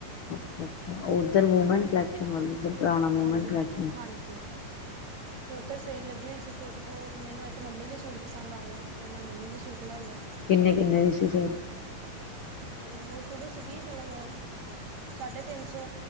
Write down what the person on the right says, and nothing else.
ਹਾਂਜੀ।
ਹਾਂ,
ਹਾਂਜੀ। ਫਿਰ ਉਧਰ ਸੇਰ ਲੱਗੀ ਹੋਈ ਸੀ ਫਿਰ ਉਥੋਂ ਮੈਨੂੰ ਇੱਕ ਮੰਮੀ ਲਈ ਸੂਟ ਪਸੰਦ ਆ ਗਿਆ। ਫਿਰ ਮੈਂ ਮੰਮੀ ਲਈ ਸੂਟ ਲੈ ਲਿਆ।
ਉਹ ਸ਼ੁਰੂ ਸੀਗੀ ਮਤਲਬ ਸਾਢੇ ਤਿੰਨ ਸੌ